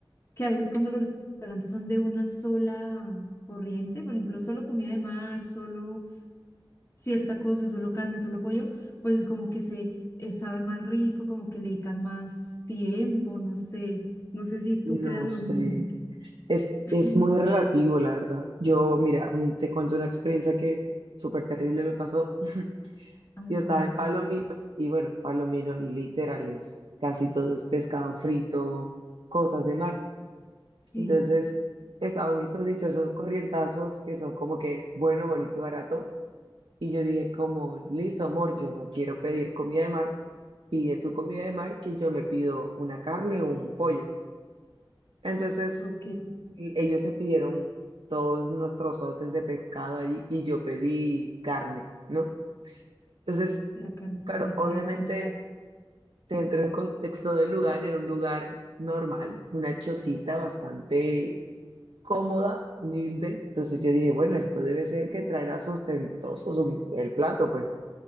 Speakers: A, on the left; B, on the right.
A: que a veces cuando los restaurantes son de una sola corriente, por ejemplo, solo comida de mar, solo cierta cosa, solo carne, solo pollo, pues es como que se eh, sabe más rico, como que le dedican más tiempo, no sé, no sé si tú
B: No
A: creas lo
B: sé,
A: mismo.
B: es,
A: <laughs>
B: es muy relativo, la verdad. Yo, mira, un- te cuento una experiencia que súper terrible me pasó. <laughs>
A: Ay,
B: Yo
A: ¿cómo
B: estaba
A: así?
B: en Palomino y bueno, Palomino literal es casi todo es pescado frito, cosas de mar.
A: Sí,
B: Entonces estaban estos dichosos corrientazos que son como que bueno, bonito y barato. Y yo dije como, listo, amor, yo no quiero pedir comida de mar, pide tu comida de mar que yo me pido una carne o un pollo. Entonces...
A: ok,
B: Y ellos se pidieron todos nuestros trozotes de pescado ahí y yo pedí carne, ¿no? Entonces,
A: la carnecita,
B: claro, obviamente
A: la que no falla.
B: te entra en contexto del lugar, era un lugar normal, una chocita bastante cómoda, humilde. Entonces yo dije, bueno, esto debe ser que traerá sustentoso su- el plato, pues.